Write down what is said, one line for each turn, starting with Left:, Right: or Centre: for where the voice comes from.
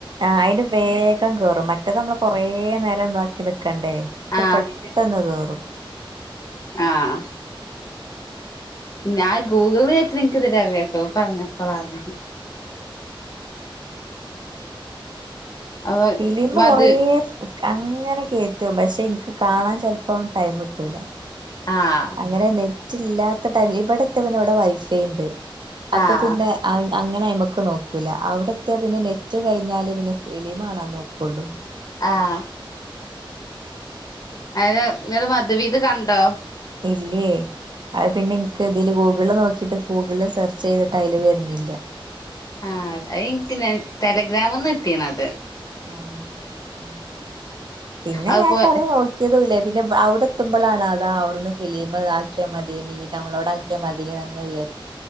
Right: ആ അയ്ല് വേഗം കേറും മറ്റെത് ന്നമ്മള് കൊറേ നേരം താക്കി നിക്ക് ക്കണ്ടേ ഇത്
Left: ആഹ്
Right: പെട്ടെന്ന് കേറും.
Left: ആഹ് ഞാൻ ഗൂഗിള് കേറ്റ്ണത് ഇൻക്ക് ഇതരേ അറിലട്ടൊപറഞ്ഞപ്പെളാ അറിയിണ്. അപ്പൊ
Right: ഫിലീമ്
Left: മധു
Right: കൊറേ <unintelligible> അങ്ങനെ കേറ്റും പക്ഷെ ഇൻക്ക് കാണാൻ ചെലപ്പം ടൈംട്ടൂല.
Left: ആഹ്
Right: അങ്ങനെ നെറ്റ് ഇല്ലാത്ത ടൈമ് ല് ഇവിടെത്യാ പിന്നെ ഇവിടെ വൈഫൈണ്ട്. അപ്പൊ
Left: ആഹ്
Right: പിന്നെ അഅ് അങ്ങനെ അയ്മക് ക്ക്നോക്കൂല അവിടത്തെ പിന്നെ നെറ്റ് കഴിഞ്ഞാല് പിന്നെ ഫിലിമ്ണാൻനോക്കുള്ളു
Left: ആഹ അത് <unintelligible> മതിവീത് കണ്ടോ
Right: ഇല്ലേ അത് പിന്നെ എനിക്ക് ഇതില് ഗൂഗിള് നോക്കിട്ട് ഗൂഗിള് സെർച്ച് ചെയ്തിട്ട് അതില് വരുന്നില്ല
Left: ആഹ് എനിക്ക് ഞാൻ തലഗ്രാംന്ന് എത്തിണ അത്
Right: ആ ആ പിന്നെ
Left: അത്പോ
Right: നേട്ട നോക്കിയതുല്ല പിന്നെ അവിടെ എത്തുമ്പോളാണ് അതാ അവിടുന്ന് ഫിലിമതാക്കിയ മതിീനി നവ്ളോട ആാക്കിയ മതിീനിന്ന്ങ്ങ